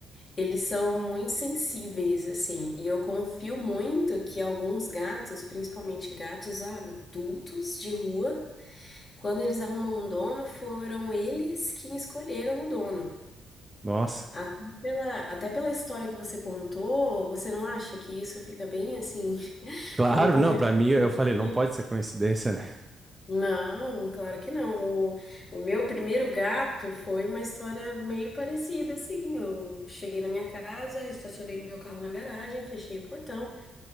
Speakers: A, on the left; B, on the right.
A: Eles são muito sensíveis, assim, e eu confio muito que alguns gatos, principalmente gatos adultos de rua, quando eles arrumam um dono, foram eles quem escolheram o dono.
B: Nossa,
A: Até pela, até pela história que você contou, você não acha que isso fica bem assim, <laughs>
B: claro,
A: fica um pouco
B: não,
A: evidente,
B: pra mim eu falei,
A: né?
B: não pode ser coincidência, né?
A: Não, claro que não. O, o meu primeiro gato foi uma história meio parecida, assim. Eu cheguei na minha casa, estacionei meu carro na garagem, fechei o portão.